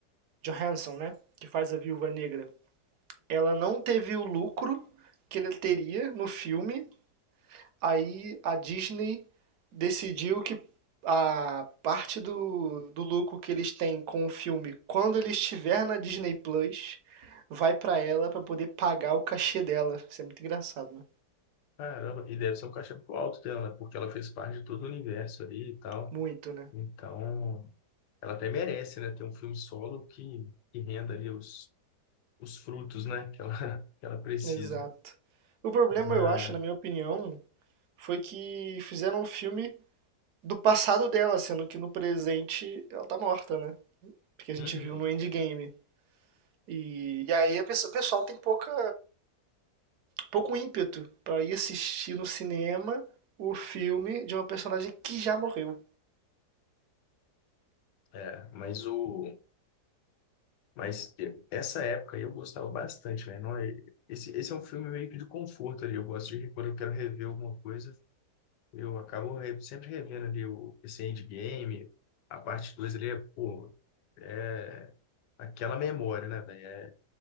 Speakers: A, on the right; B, on the left.
A: Johansson, né? Que faz a Viúva Negra. Ela não teve o lucro que ele teria no filme. Aí a Disney decidiu que a parte do, do lucro que eles têm com o filme, quando ele estiver na Disney Plus, vai pra ela pra poder pagar o cachê dela. Isso é muito engraçado, né?
B: Caramba, e deve ser um cachê muito alto dela, né? Porque ela fez parte de todo o universo ali e tal.
A: Muito, né?
B: Então, ela até merece, né? Ter um filme solo que, que renda ali os, os frutos, né? Que ela, <laughs> que ela precisa.
A: Exato. O problema,
B: Mas,
A: eu acho, na minha opinião, foi que fizeram um filme do passado dela, sendo que no presente ela tá morta, né? Porque a gente
B: uhum.
A: viu no Endgame. E, e aí a pessoa- o pessoal tem pouca, pouco ímpeto pra ir assistir no cinema o filme de uma personagem que já morreu.
B: É, mas o mas essa época aí eu gostava bastante, velho. Não é, esse, esse é um filme meio que de conforto ali. Eu gosto de quando eu quero rever alguma coisa, eu acabo re- sempre revendo ali o esse Endgame, a parte 2 ali é, pô, é aquela memória, né, velho?